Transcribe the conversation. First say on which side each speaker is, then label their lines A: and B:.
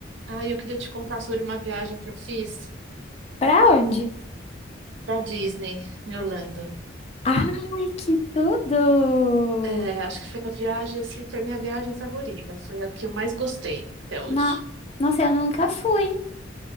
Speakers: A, on the right; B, on the left.
A: Ah, eu queria te contar sobre uma viagem que eu fiz
B: Pra onde?
A: para Disney, em Orlando.
B: Ai, que tudo!
A: É, acho que foi a viagem, assim, foi a minha viagem favorita. Foi a que eu mais gostei até hoje.
B: Na... Nossa, eu nunca fui.